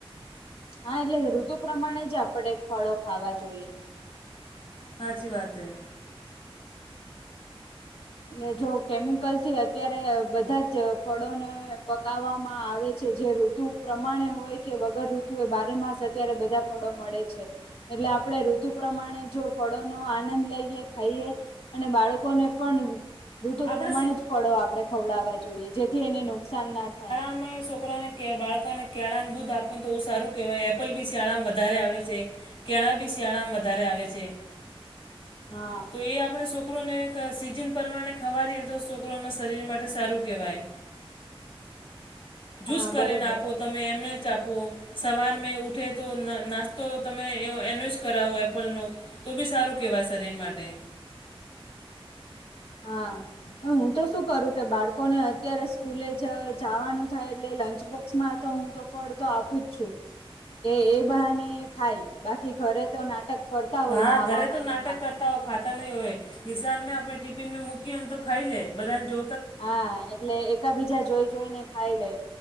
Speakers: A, on the left; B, on the left.
A: હા એટલે ઋતુ પ્રમાણે જ આપણે ફળો ખાવા જોઈએ.
B: હાચી વાત હૈ.
A: એટ જો કેમિકલ થી અત્યારે બધા જ ફળોને પકાવવામાં આવે છે જે. ઋતુ પ્રમાણે હોય કે વગર ઋતુ એ બારે માસ અત્યારે બધા ફળો મળે છે. એટલે આપણે ઋતુ પ્રમાણે જો ફળોનો આનંદ લઈએ ખાઈએ અને બાળકોને પણ ઋતુ
B: આપણે
A: પ્રમાણે જ ફળો આપણે ખવડાવવા જોઈએ જેથી એને નુકસાન ના થાય.
B: અમે છોકરાને કે બાળકાને કળાને દૂધ આપવાનું તો બુ સારું કહેવાય એપલ બી શિયાળામાં વધારે આવે છે. કેળા બી શિયાળામાંમ વધારે આવે છે.
A: હા.
B: તો એ આપણે છોકરો ને એક સીજન પમાણે. ખવારીએ તો છોકરોમાં શરીર માટે સારું કહેવાય. જ્યુસ
A: હા
B: કરીને
A: બરોબર
B: આપો તમે એમને ચ આપો. સવાર મેં ઉઠે તો નાસ્તો તમે એનો જ કરાવો એપલનુ. તો બી સારું કેહેવાય શરીર માટે.
A: હા. હું તો શું કરું કે બાળકોને અત્યારે સ્કૂલે જ જવાનું થાય એટલે લંચ બોક્સમાં તો હું તો. ફળ તો આપું જ છું કે એ બહાને ખાય બાકી ઘરે તો નાટક કરતા
B: હા
A: હોય ખાવામાં
B: ઘરે તો નાટક
A: એમાં.
B: કરતા ખાતા નહીં હોય નિશાન આપણે ટિફિનમાં મૂકીને તો ખાઈ લે બધાને જો
A: હા એટલે એકા બીજા જોઈ જોઈને ખાઈ લઈ.